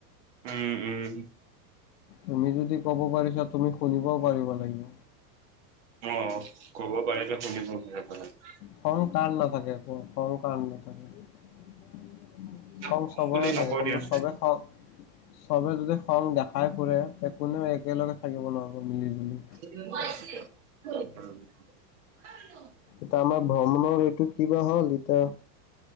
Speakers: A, on the right (about 45°); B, on the left (about 80°).
A: উম উম।
B: তুমি যদি ক'ব পাৰিছা, তুমি শুনিবও পাৰিব লাগিব।
A: অ', ক'ব পাৰিলে শুনিব পাৰিব লাগিব।
B: খং কাৰ নাথাকে, কোৱা খং কাৰ নাথাকে?
A: কম
B: খং চবৰে
A: বুলি
B: থাকে,
A: নকওঁ
B: কিন্তু
A: দিয়া।
B: চবেই খং চবে যদি খং দেখাই ফুৰে, তে কোনেও একেলগে থাকিব নোৱাৰিব মিলি জুলি।
A: উম। <unintelligible>
B: এটা আমাৰ ভ্ৰমণৰ এইটো কিবা হ'ল, এতিয়া